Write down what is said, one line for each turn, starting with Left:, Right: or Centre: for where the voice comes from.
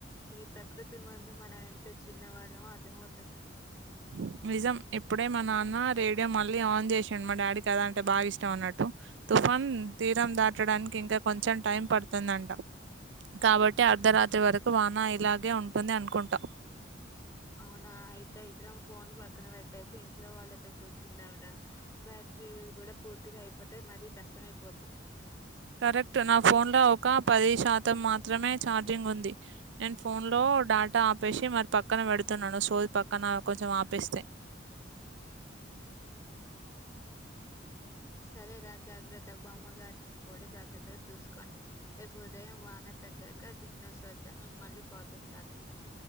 Left: ఈ ప్రకృతి ముందు మనం ఎంత చిన్నవాళ్ళమో అర్థంమవుతుంది
Right: ఉ నిజం ఇప్పుడే మా నాన్న రేడియో మళ్ళీ ఆన్ చేసాడు మా డాడీకి అది అంటే బాగా ఇష్టం అన్నట్టు ఫన్ తీరం దాటడానికి ఇంకా కొంచెం టైం పడుతుందంట కాబట్టి అర్ధరాత్రి వరకు వాన ఇలాగే ఉంటుంది అనుకుంటా
Left: అవ్ నా అయి ఇద్దరం ఫోన్ పక్కన పెట్టేసి ఇంట్లో వాళ్ళతో కూర్చుందాం రా బ్యాటరీ కూడా పూర్తి అయిపోతే మరీ కష్టమైపోద్ది
Right: కరెక్ట్ నా ఫోన్ లో ఒక పది శాతం మాత్రమే ఛార్జింగ్ ఉంది నేన్ఫోన్ లో ఓ డాటా ఆపేసి మరి పక్కన పెడుతున్నాను సోల్ పక్కన కొంచెం ఆపేస్తే
Left: సరే రా జాగ్రత్త బామ్మగారిని కూడా జాగ్రత్తగా చూసుకోండి రేపు ఉదయం వా వాన తగ్గాక సిగ్నల్స్ వస్తే నేను మళ్ళీ కాల్ చేస్తాలే